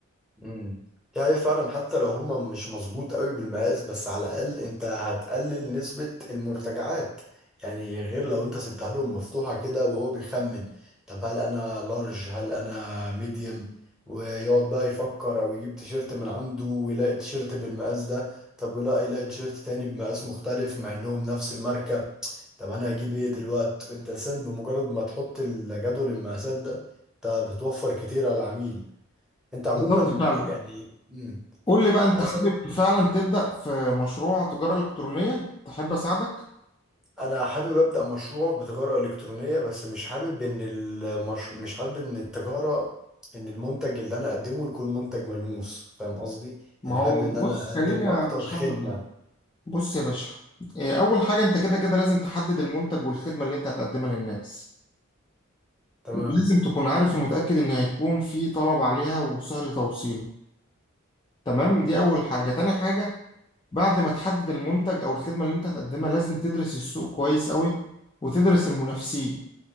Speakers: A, in the centre; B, on the left.
A: امم دي حقيقة فعلا حتى لو هما مش مظبوط قوي بالمقاس بس على الأقل أنت هتقلل نسبة المرتجعات يعني غير لو أنت سبتها لهم مفتوحة كده وهو بيخمن طب هل أنا لارج هل أنا ميديم ويقعد بقى يفكر أو يجيب تيشيرت من عنده ويلاقي تيشيرت بالمقاس ده طب ويلاقي يلاقي تيشيرت تاني بمقاس مختلف مع إنهم نفس الماركة طب أنا هجيب إيه دلوقت أنت سن بمجرد ما تحط الجدول المقاسات ده أنت بتوفر كتير على العميل انت عموما
B: بالظبط فعلا
A: يعني مم.
B: قول لي بقى انت
A: عايز
B: حابب
A: اسالك
B: فعلا تبدأ في مشروع تجارة إلكترونية تحب اساعدك
A: انا حابب ابدا مشروع بتجاره الكترونيه بس مش حابب ان المش... مش حابب ان التجاره ان المنتج اللي انا اقدمه يكون منتج ملموس فاهم قصدي
B: ما
A: يعني
B: هو
A: حابب ان
B: بص
A: انا
B: خليني
A: اقدم
B: ارشح
A: اكتر خدمه
B: لك يعني. بص يا باشا إيه، اول حاجة انت كده كده لازم تحدد المنتج والخدمة اللي انت هتقدمها للناس
A: تمام
B: ولازم تكون عارف ومتأكد ان هيكون في طلب عليها وسهل توصيله تمام دي اول حاجة تاني حاجة بعد ما تحدد المنتج او الخدمة اللي انت هتقدمها لازم تدرس السوق كويس قوي وتدرس المنافسين